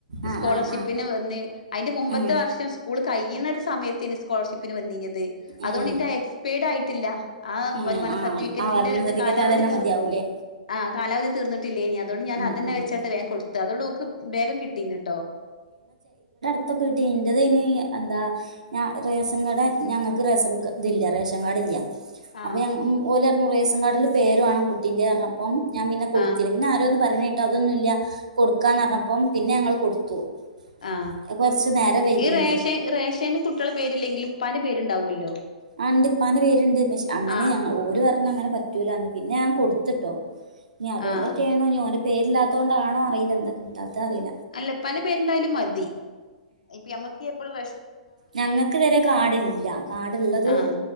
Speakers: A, on the right; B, on the left.
A: ആഹ്
B: സ്കോളർഷിപ്പിന്
A: ആഹ് ആഹ്
B: വന്ന് അതിന്റെ മുമ്പത്തെ
A: ഉം
B: വർഷം സ്കൂൾ കഴിയുന്നൊരു സമയത്തിന് സ്കോളർഷിപ്പിന് വന്നിനത് അതുകൊണ്ട്
A: ഉം
B: ന്റെ എക്സ്പരിഡ് ആയിട്ടില്ല ആ
A: ഉം
B: വരുമാന
A: ആഹ്
B: സർട്ടിഫിക്കറ്റിന്റെ
A: ആ വരുമാന
B: ഇത്
A: സർട്ടിഫിക്കറ്റ്
B: കാലാവധി
A: അതന്നെ
B: തർ
A: മതിയാവൂലേ
B: ആ് കാലാവധി തീർന്നിട്ട് ല്ല ഇനി അതുകൊണ്ട് ഞാൻ
A: ഉം
B: അതന്നെ
A: ഉം
B: വെച്ചിട്ട് വേഗ കൊടുത്തു അതുകൊണ്ട് നക്ക് വേഗം കിട്ടീന്ന കേട്ടോ
A: ഇപ്പ കേട്ടണ്ട് അ്ത്തിന് എന്താ ഞാ റേഷൻ കാഡ ഞങ്ങൾക്ക് റേഷൻ ഇതില്ല റേഷൻ കാർഡ ഇല്ല
B: ആഹ്
A: അപ്പൊ ഞ ഓല ഇ റേഷൻ കാർഡില് പേര് വേണം കുട്ടീന്റെറെ അപ്പം ഞാൻ പിന്നെ കൊടുത്തില്ല
B: ആഹ്
A: പിന്നെ പറഞ്ഞിട്ട് അതൊന്നുമല്ല കൊടുക്കാന്ന് പറഞ്ഞപ്പം പിന്നെ ഞങ്ങൾ കൊടുത്തു
B: ആ
A: കൊറച്ച് നേരം വൈകീണ്
B: ഈ റേഷ റേഷേും കുട്ടികള പേരില്ലെങ്കിൽ ഉപ്പാന്റെ പേരുണ്ടാവുമല്ലോ
A: ആ ഉണ്ടിപ്പാന്റെ പേരുണ്ട് പക്ഷെ അങ്ങനെ
B: ആഹ്
A: ഞ ഓ പറഞ്ഞ അങ്ങനെ പറ്റൂലന്ന് പിന്നെ ഞാൻ കൊടുത്തിട്ടോ ഞ അതുകൊണ്ടറ്റെ
B: ആഹ്
A: ണോ ഓന്റെ പേരില്ലാത്തത് കൊണ്ടാണോ അറീല എന്താ കിട്ടാത്ത അറിയ
B: അല്ലപ്പന്റെ പേര്ണ്ടായാലും മതി ഇപ്പ അമ്മക്ക് എപ്പോഴും
A: ഞങ്ങൾക്ക് വരെ കാടില്ല കാടുള്ളത്
B: ആഹ്